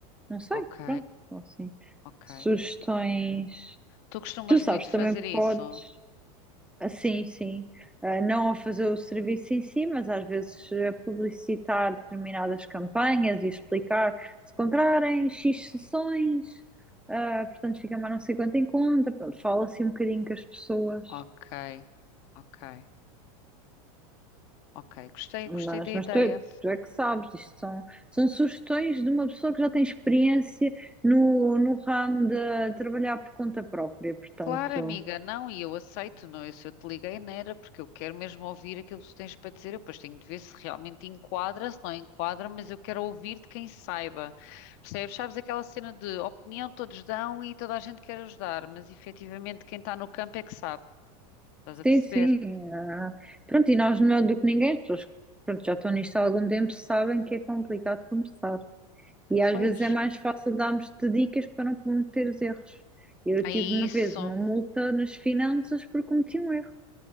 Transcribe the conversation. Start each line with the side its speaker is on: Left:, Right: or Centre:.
Centre: Não sei,
Left: ok,
Centre: pronto, são assim
Left: ok.
Centre: sugestões.
Left: Tu costumas
Centre: Tu sabes,
Left: muito
Centre: também
Left: fazer isso?
Centre: podes. Ah, Sim, sim. Ah, Não a fazer o serviço em si, mas às vezes a publicitar determinadas campanhas e explicar se comprarem X sessões, ah, portanto fica mais não sei quanto em conta. Pronto, fala assim um bocadinho com as pessoas.
Left: Ok, ok, ok. Gostei,
Centre: Mas,
Left: gostei da ideia.
Centre: mas tu, é- tu é que sabes, isto são, são sugestões de uma pessoa que já tem experiência no, no ramo de trabalhar por conta própria, portanto.
Left: Claro, amiga, não, e eu aceito, não, eu, se eu te liguei não era porque eu quero mesmo ouvir aquilo que tu tens para dizer, eu depois tenho de ver se realmente enquadra, se não enquadra, mas eu quero ouvir de quem saiba, percebes? Sabes aquela cena de opinião todos dão e toda a gente quer ajudar, mas efetivamente quem está no campo é que sabe, estás a
Centre: Sim,
Left: perceber?
Centre: sim. ah, pronto, e nós melhor do que ninguém, as pessoas que pronto, já estão nisto há algum tempo sabem que é complicado começar. E às
Left: Pois,
Centre: vezes é mais fácil darmos-te dicas para não cometer os erros. Eu
Left: é
Centre: tive
Left: isso,
Centre: uma vez uma multa nas finanças por cometi um erro.